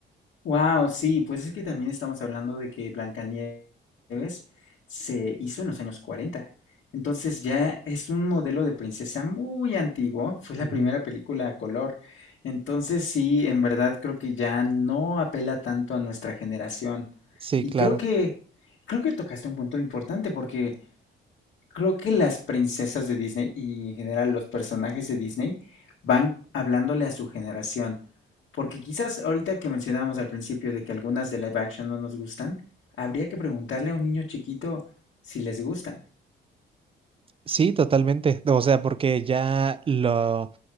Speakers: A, on the left; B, on the right.
A: Wow, sí, pues es que también estamos hablando de que Blancanieves se hizo en los años cuarenta, Entonces ya es un modelo de princesa muy antiguo, fue la
B: Ujú.
A: primera película a color. Entonces sí, en verdad creo que ya no apela tanto a nuestra generación.
B: Sí,
A: Y
B: claro.
A: creo que creo que tocaste un punto importante porque Creo que las princesas de Disney y en general los personajes de Disney van hablándole a su generación. Porque quizás ahorita que mencionábamos al principio de que algunas de live action no nos gustan, habría que preguntarle a un niño chiquito si les gustan.
B: Sí, totalmente. O sea, porque ya lo,